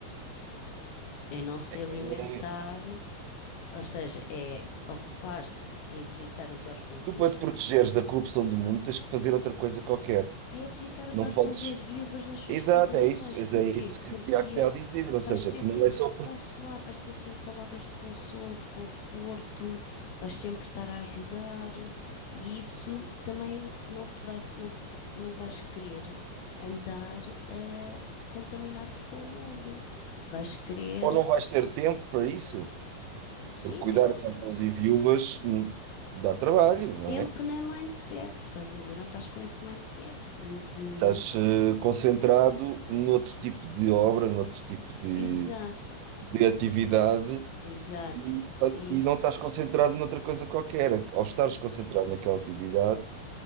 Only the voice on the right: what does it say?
é
Tu,
para
te protegeres da corrupção do mundo, tens que fazer outra coisa qualquer.
Não
podes.
Exato,
é isso, é
é isso que
o Tiago está a dizer. Ou seja,
que
não é só
porque.
Ou não vais ter tempo para isso,
porque cuidar
de órfãos e viúvas hum, dá trabalho, não
é?
Estás eh, concentrado noutro tipo de obra, noutro tipo de,
de atividade
e,
e não estás concentrado noutra coisa qualquer. Ao estares concentrado naquela atividade,